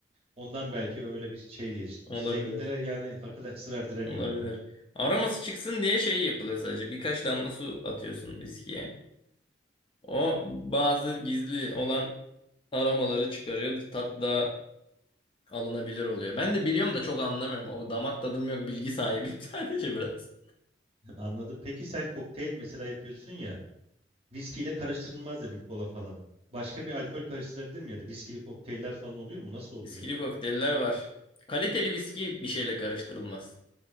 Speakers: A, on the right; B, on the left.
A: Ondan belki öyle bir şey geliştirmiş.
B: Olabilir.
A: Zenginlere yani akıl sır erdiremiyorum
B: Olabilir.
A: ben.
B: Aroması çıksın diye şey yapılıyor sadece. Birkaç damla su atıyorsun viskiye. O bazı gizli olan aromaları çıkarıyor. Tat da alınabilir oluyor. Ben de biliyorum da çok anlamıyorum. O damak tadım yok. Bilgi sahibiyim <laughs> sadece biraz.
A: Anladım. Peki sen kokteyl mesela yapıyorsun ya, viskiyle karıştırılmaz dedin kola falan. Başka bir alkol karıştırabilir mi ya da viskili kokteyller falan oluyor mu? Nasıl oluyor?
B: Viskili kokteyller var. Kaliteli viski bir şeyle karıştırılmaz.